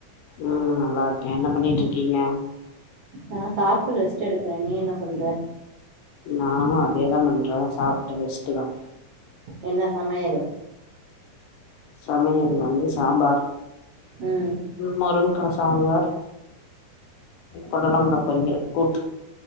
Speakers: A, on the left; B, on the right.
A: உம் நல்லா இருக்கேன் என்ன பண்ணிட்டு இருக்கீங்க
B: ஆஹ் சாப்பிட்டு ரெஸ்ட் எடுக்கறேன் நீ என்ன பண்ற
A: நானா அதேதான் பண்றேன் சாப்பிட்டு பெஸ்ட்ட் தான்
B: என்ன சமையல்
A: சமையல் வந்து சாம்பார்
B: ம்
A: முருங்கா சாம்பார் பொடலங்காய பொறயல் கூட்டு